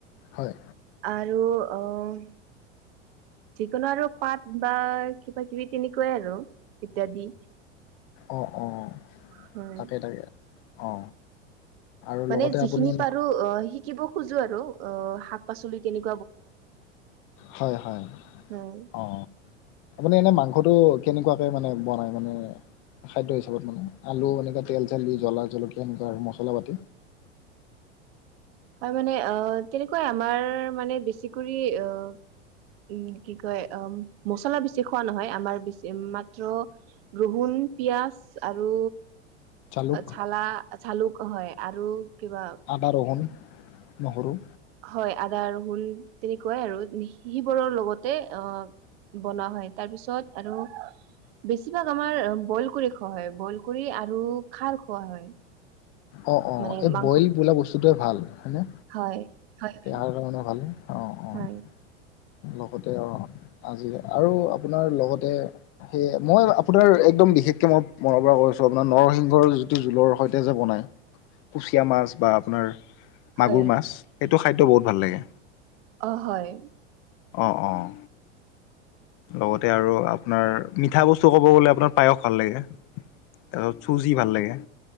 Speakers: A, on the left; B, on the right.
A: হয়।
B: আৰু অ' যিকোনো আৰু পাত বা কিবা কিবি তেনেকুৱাই আৰু। ইত্যাদি
A: অ অ অ
B: হয়
A: তাকেই তাকে অ আৰু
B: মানে
A: লগতে
B: যিখিনি
A: আপুনি
B: পাৰো অ শিকিব খোজো আৰু অ শাক পাচলি কেনে
A: হয় হয়
B: হয়
A: অ আপুনি এনে মাংস ফটো কেনেকুৱাকে মানে বনাই মানে খাদ্য হিচাপত মানে আলু এনেকুৱা তেল চলি জলা জলকীয়া এনেকুৱা আৰু মছলা পাতি
B: <inaudible> হয় মানে অ তেনেকুৱাই আমাৰ মানে বেছিকৰি আহ উম কি কয় অ মচলা বেছি খোৱা নহয় আমাৰ বেছি মাত্ৰ ৰহুন পিয়াজ আৰু
A: জালুক
B: ঝালা ঝালুক হয় আৰু কিবা
A: আদা ৰোহন নহৰু
B: হয় আদা ৰহুন তেনেকুৱাই আৰু সিবোৰৰ লগতে অ বনোৱা হয় তাৰ পিছত আৰু বেছিভাগ আমাৰ বইল কৰি খোৱা হয় বইল কৰি আৰু খাৰ খোৱা হয়
A: অ অ
B: মানে
A: এই
B: মাংস
A: বইল বোলা বস্তুটোৱে ভাল হয়নে
B: হয় হয় হয়
A: দেহাৰ কাৰণে ভালেই অঁ অঁ
B: হয়
A: লগতে অ আজি আৰু আপোনাৰ লগতে সেই মই আপোনাৰ একদম বিশেষকে মই মনৰ পৰা কৈছো আপোনাৰ নৰসিংহৰ যিটো জোলৰ সৈতে যে বনায় কুচিয়া মাছ বা আপোনাৰ
B: হয়
A: মাগুৰ মাছ এইটো খাদ্য বহুত ভাল লাগে
B: অ হয়
A: অঁ অঁ লগতে আৰু আপোনাৰ মিঠা বস্তু ক'ব গলে আপোনাৰ পায়স ভাল লাগে তাৰপাছত চুজি ভাল লাগে